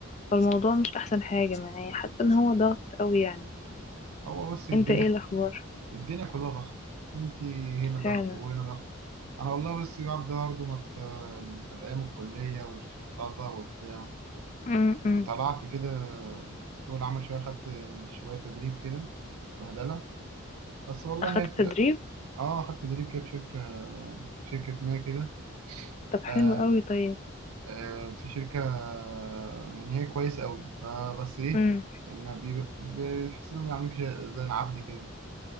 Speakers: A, on the left (about 30°); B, on the right (about 80°).
A: فالموضوع مش احسن حاجه معايا حاسه ان هو ضغط قوي يعني
B: هو بس الدنيا
A: انت ايه الاخبار
B: الدنيا كلها ضغط انت هنا ضغط
A: فعلا
B: وهنا ضغط انا والله بس برضه برضه ما ت- كانت ايام الكلية والشحطاطة وبتاع
A: امم
B: طلعت كده سوق العمل شوية خدت شوية تدريب كده بهدلة بس والله
A: اخدت
B: هي بت-
A: تدريب
B: اه خدت تدريب كده في شركة في شركة ما كده
A: طب حلو
B: آه،
A: قوي طيب
B: آه، في شركة آه، يعني هي كويس قوي فبس ايه
A: امم
B: ما بيب- بتحس انهم بيعاملوك زي زي العبد كده